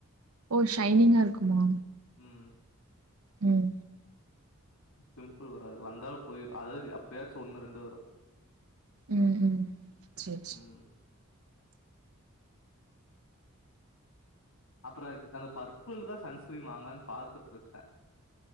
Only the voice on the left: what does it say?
ம்.
பிம்பள் வராது வந்தாலும் போய்ரும் அதாவது எப்பயாச்சும் ஒண்ணு ரெண்டு வரும்
ம். அப்புறம் அந்த பர்பள் தான் சன்ஸ்கிரீன் வாங்கலான்னு பாத்துட்டு இருக்கே